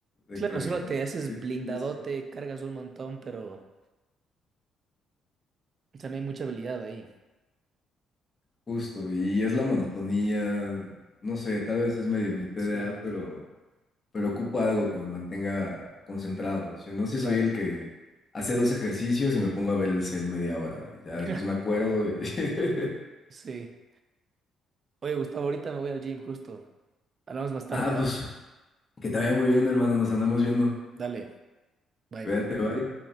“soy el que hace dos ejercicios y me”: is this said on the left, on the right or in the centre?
Left